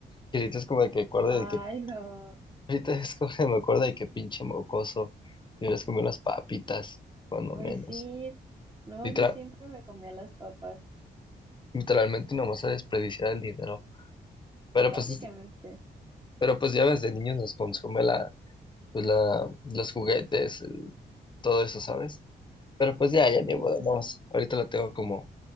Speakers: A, on the left; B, on the right.
A: Y ahorita es como de que acuerdo
B: Ay,
A: de que,
B: no.
A: ahorita es como que me acuerdo de que pinche mocoso, te hubieras comido las papitas, cuando
B: Pues
A: menos.
B: sí, no,
A: Literal,
B: yo siempre me comía las papas,
A: literalmente nomás a desperdiciar el dinero. Pero
B: básicamente.
A: pues, es- pero pues ya ves, de niños nos consume la, pues la, los juguetes, el- todo eso, ¿sabes? Pero pues ya, ya ni
B: Sí,
A: modo,
B: no.
A: nomás. Ahorita lo tengo como